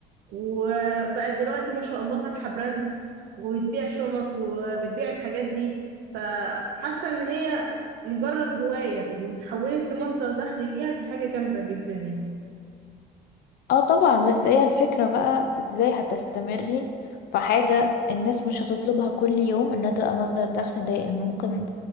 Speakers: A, on the right; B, on the left.
A: وبقت دلوقتي ما شاء الله فاتحة براند وبتبيع شنط وبتبيع الحاجات دي فحاسة إن هي مجرد هواية وتحولت لمصدر دخل ليها دي حاجة جامدة جدا يعني
B: اه طبعا بس هي الفكرة بقى ازاي هتستمري في حاجة الناس مش هتطلبها كل يوم انها تبقى مصدر دخل دائم ممكن